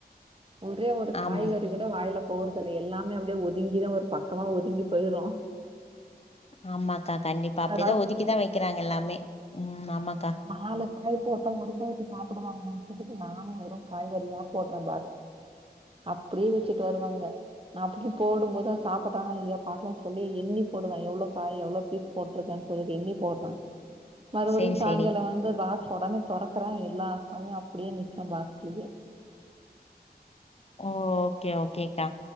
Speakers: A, on the right; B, on the left.
A: ஒரே ஒரு
B: ஆம்
A: காய்க கூட வாயில போறதில்ல எல்லாமே அப்டியே ஒதுங்கிதா ஒரு பக்கமா ஒதுங்கி போய்ரு
B: ஆமாக்கா கண்டிப்பா
A: என்னடா
B: அப்டிதா ஒதுக்கி
A: செய்யறது
B: தா வைக்கிறாங்க எல்லாமே ம் ஆமாக்கா
A: நாலு காய் போட்டா ஒரு காயாச்சு சாப்டுவாங்கன்னு சொல்லிட்டு நானு வெறு காய்கறியா போட்ற பா அப்டியே வச்சுட்டு வருவாங்க நா அப்டி போடும்போது சாப்பட்டானா இல்லயா பாக்கலா சொல்லி எண்ணி போடுவ எவ்ளோ காய் எவ்ளோ தூக் போட்ருக்கேன்னு சொல்லிட்டு எண்ணி போட்ற மறுபடி
B: சேரி
A: சாயங்காலோ
B: சேரி
A: வந்து பாக்ஸ் ஒடனே தொறக்கற எல்லா காயு அப்டே நிக்கு பாக்ஸ்லயே
B: ஓ ஓகே ஓகேக்கா